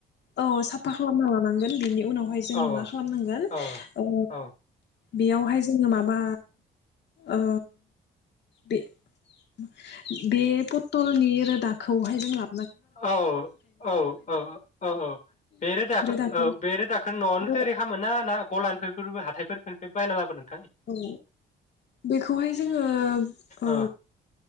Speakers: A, on the left (about 60°); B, on the left (about 40°).
A: औ साफा खालामना लानांगोन बेनि उनावहाय जोङो
B: औ
A: मा खालामनांगोन
B: औ
A: ओ
B: औ
A: बेयावहाय जोङो माबा ओ बे-बे पथलनि रोदाखौहाय जोंला
B: औ औ औ औ औ बे रोदाखो
A: रोदाखौ
B: औ बे रोदाखो न'आवनो
A: रोदा
B: थैयारि खामोना ना गलानिफा फोर बा हाथाइफोर फोरनिफ्राय बायना लाबो नों
A: औ बेखौहाय जोङो ओ
B: औ